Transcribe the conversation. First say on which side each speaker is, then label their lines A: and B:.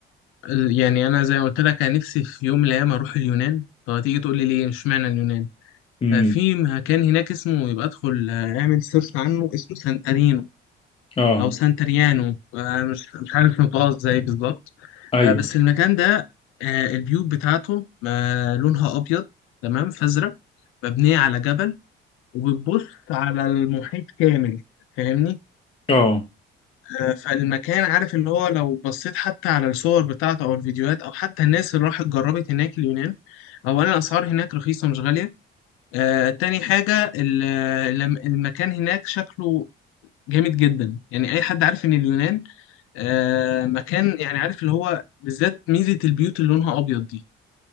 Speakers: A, on the left; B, on the left.
A: ال- يعني انا زي ما قلت لك انا نفسي في يوم من الايام اروح اليونان طب هتيجي تقول لي ليه مش معنى اليونان
B: امم
A: آه، في مكان هناك اسمه يبقى ادخل آه، اعمل سيرش عنه اسمه سانتارينو
B: اه
A: او سانتريانو آه، مش مش عارف نطقها ازاي بالظبط
B: ايوه
A: آه، بس المكان ده آه، البيوت بتاعته آه، لونها ابيض تمام فازرق مبنيه على جبل وبتبص على المحيط كامل فاهمني
B: اه
A: آه، فالمكان عارف اللي هو لو بصيت حتى على الصور بتاعته او الفيديوهات او حتى الناس اللي راحت جربت هناك اليونان اولا الاسعار هناك رخيصه مش غاليه آه، تاني حاجه ال- الم- المكان هناك شكله جامد جدا يعني اي حد عارف ان اليونان آه مكان يعني عارف اللي هو بالذات ميزة البيوت اللي لونها أبيض دي